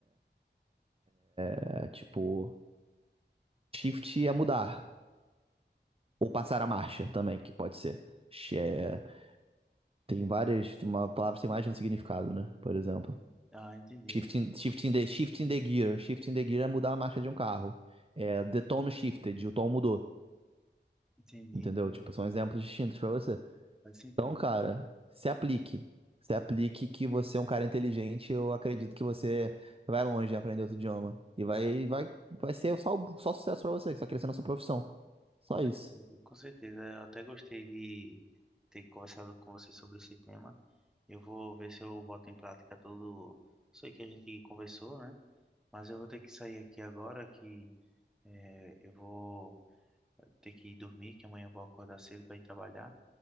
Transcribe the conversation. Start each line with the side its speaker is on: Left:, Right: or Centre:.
Right: É tipo, shift é mudar. Ou passar a marcha também, que pode ser. é, tem várias. Uma palavra tem mais de um significado, né? Por exemplo.
Centre: Hum, Ah, entendi,
Right: Shifting, shifting, the, shifting the gear. Shifting the gear é mudar a marcha de um carro. É, the tone shifted, o tom mudou.
Centre: entendi,
Right: Entendeu?
Centre: entendi.
Right: Tipo, são exemplos distintos pra você.
Centre: Faz sentido.
Right: Então, cara, se aplique. Se aplique que você é um cara inteligente, eu acredito que você vai longe em aprender outro idioma. E vai,
Centre: Não,
Right: vai, vai ser só, só sucesso pra você, que você vai crescer na sua profissão. Só
Centre: com
Right: isso.
Centre: certeza, com certeza. Eu até gostei de ter conversado com você sobre esse tema. Eu vou ver se eu boto em prática tudo isso aí que a gente conversou, né? Mas eu vou ter que sair aqui agora, que eh, eu vou ter que ir dormir, que amanhã eu vou acordar cedo para ir trabalhar.